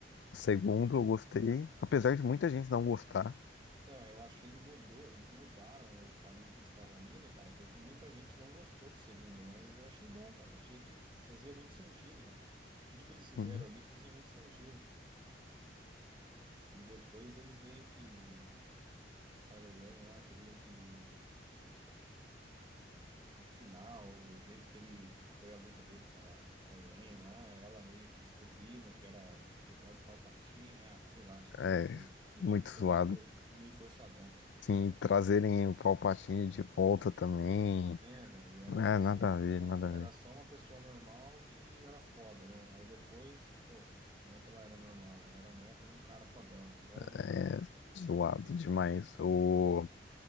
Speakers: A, on the left; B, on the right.
A: segundo eu gostei, apesar de muita gente não gostar.
B: Então, é, eu acho que ele mudou, eles mudaram o caminho que eles estavam indo, cara, porque muita gente não gostou do segundo, mas eu achei bom, cara. Achei que fazia muito sentido, velho. Tudo que eles fizeram
A: Uhum.
B: ali fazia muito sentido. E depois eles meio que, o Kylo Ren lá, queriam que no final, o jeito que ele foi a luta dele com a, com a Rain lá, ela meio que descobrindo que era sei lá de Palpatine, ah, sei lá, acho que
A: É
B: não gostei. E
A: muito
B: achei que
A: zoado.
B: foi meio, for- meio forçadão.
A: Sim, trazerem o Palpatine de volta também.
B: É, velho, e era
A: Ah,
B: tipo
A: nada
B: assim,
A: a ver, nada
B: ela
A: a ver.
B: era só uma pessoa normal que era foda, né? Aí depois, porra, não é que ela era normal, ela era neta de um cara fodão, então
A: É zoado demais. O.